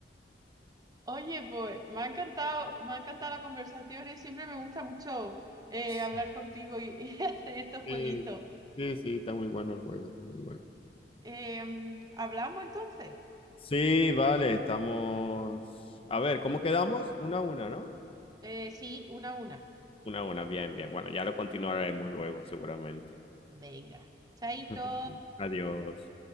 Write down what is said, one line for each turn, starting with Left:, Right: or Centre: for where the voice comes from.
Right: Oye, pues me ha encantado, me ha encantado la conversación, ¿eh? Siempre me gusta mucho eh,
Left: <laughs>
Right: hablar contigo y, y <laughs> hacer estos jueguitos.
Left: sí, sí, sí, está muy bueno el juego, está muy bueno.
Right: Em, ¿hablamos entonces?
Left: Sí, vale, estamos. A ver,
Right: Sí.
Left: ¿cómo quedamos? Una a una, ¿no?
Right: Eh, sí, una a una.
Left: Una a una, bien, bien. Bueno, ya lo continuaremos luego, seguramente.
Right: Venga, chaito.
Left: <laughs> Adiós.